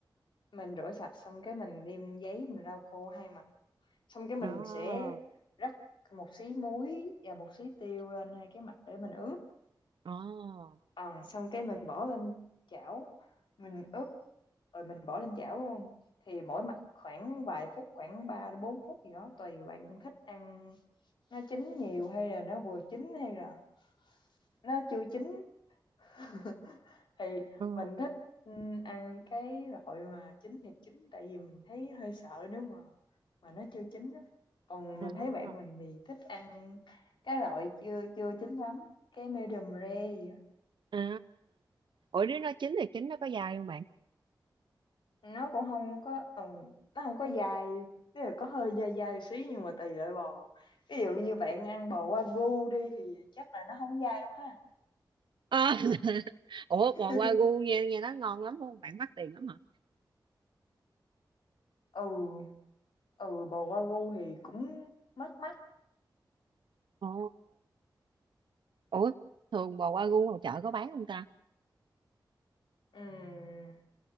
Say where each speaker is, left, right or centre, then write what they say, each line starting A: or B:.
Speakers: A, on the left; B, on the right.
A: mình rửa sạch xong cái mình đem giấy mình lau khô hai mặt xong cái mình
B: đó,
A: sẽ rắc một xí muối và một xí tiêu lên hai cái mặt để mình ướp
B: ồ,
A: Ờ, xong cái mình bỏ lên chảo mình ướp rồi mình bỏ lên chảo luôn thì mỗi mặt khoảng vài phút khoảng 3 đến 4 phút gì đó tùy bạn thích ăn nó chín nhiều hay là nó vừa chín hay là nó chưa chín <laughs> thì
B: ồ.
A: mình thích ừ, ăn cái loại mà chín thì chín tại vì mình thấy hơi sợ nếu mà mà nó chưa chín á. còn
B: à
A: mình thấy bạn mình thì thích ăn cái loại chưa chưa chín lắm cái medium rare gì á
B: à ủa nếu nó chín thì chín nó có dai không bạn
A: nó cũng không có ừ, nó không có dai tức là có hơi dai dai xí nhưng mà tùy loại bò ví dụ như bạn ăn bò wagyu đi thì chắc là nó không dai đâu ha
B: À, <laughs> ủa bò
A: <laughs>
B: wagyu nghe nghe nó ngon lắm không bạn mắc tiền lắm hả
A: ừ ừ bò wagyu thì cũng mắc mắc
B: ồ ủa thường bò wagyu ngoài chợ có bán không ta
A: Ừm,